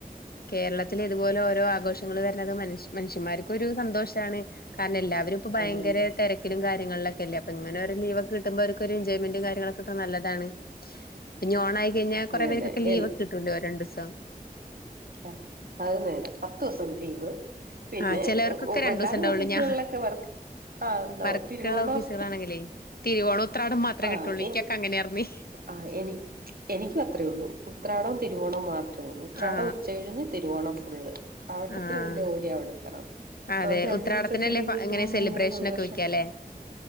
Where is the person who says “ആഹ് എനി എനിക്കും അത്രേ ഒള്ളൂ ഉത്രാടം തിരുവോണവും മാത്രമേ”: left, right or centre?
Right